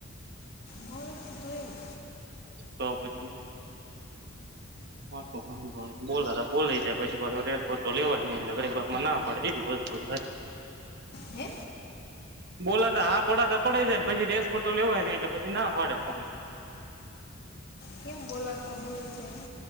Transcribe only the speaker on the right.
તો પછી હ હા ભાઈ બોલા બોલી જાય પછી પાસો રેસપો લેવાય ન એટલે ગળી વારમાં ના પાડે એવી વસ્તુ થાય
બોલાતા હા પડાતા પડે જાય ને પછી રેસોટો લેવાય ને એટલે પછી ના પાડે ફોન